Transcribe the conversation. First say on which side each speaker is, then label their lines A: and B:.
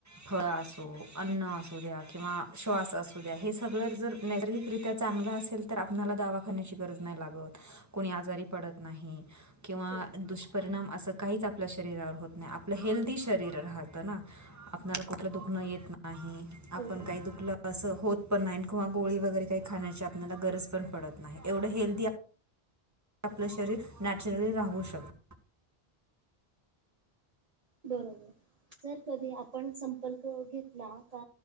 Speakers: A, on the right; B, on the right.
A: फळ असो अन्न असू द्या किंवा श्वास असू द्या हे सगळं जर नैसर्गिकरित्या चांगला असेल तर आपनाला दवाखानाची गरज नाही लागत कोणी आज पडत नाही किंवा
B: हो
A: दु परिणाम असं काहीच आपल्या शरीरावर होत नाही आपलं हेल्दी शरीर राहतं ना आपला कुठलं दुखणं येत नाही
B: हो
A: आपण
B: हो
A: काही दुखलं अस होत पण नाही किंवा गोळी वगैरे काही खाण्याची आपल्याला गरज पण पडत नाही एवढं हेल्दी आपलं शरीर नॅचरली राहू शकत.
B: बरोबर जर कधी आपण संपर्क घेतला का